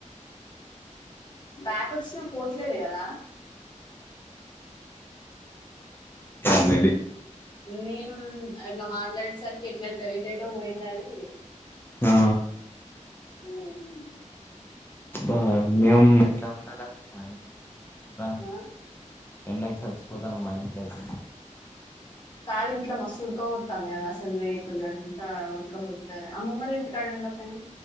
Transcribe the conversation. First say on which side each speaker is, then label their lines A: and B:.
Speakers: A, on the left; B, on the left.
A: బ్యాక్ వచ్చినా పోవట్లేదు కదా
B: అవునండి
A: నేను అట్ల మాట్లాడేసరికి ఎట్లెటో ఏటేటో పోయింది అది
B: ఆ
A: <inaudible>
B: బా మేము ఎట్లా ఉండాలా మా ఇంట్లో ఉద్దాను
A: ఆ?
B: ఎండకి చచ్చిపోతానాం మా ఇంట్లో ఐతే
A: కాదు ఇంట్లో మస్తు ఉడకపోతాంది కదా అసలు రేకులు అంతా ఉడకపోత అమ్మమ్మోళ్ళింటి కాడ ఉండపైనా